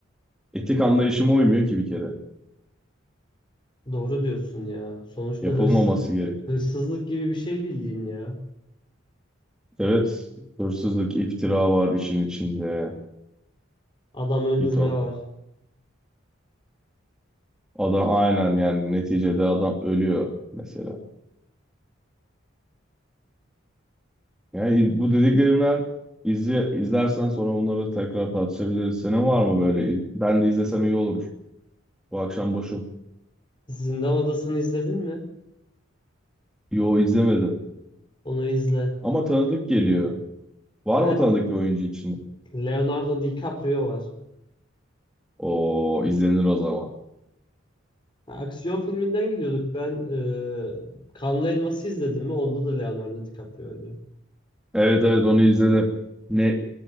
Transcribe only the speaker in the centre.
Etik anlayışıma uymuyor ki bir kere.
Yapılmaması
gerek.
Evet, hırsızlık, iftira var işin içinde.
Bir ton.
Adam aynen yani neticede adam ölüyor mesela. Yani bu dediklerimden izle, izlersen sonra bunları tekrar tartışabiliriz. Senin var mı böyle? Ben de izlesem iyi olur. Bu akşam boşum.
Yo izlemedim.
Ama tanıdık geliyor. Var
mı tanıdık bir oyuncu için?
O izlenir o zaman.
Evet evet onu izledim. Ne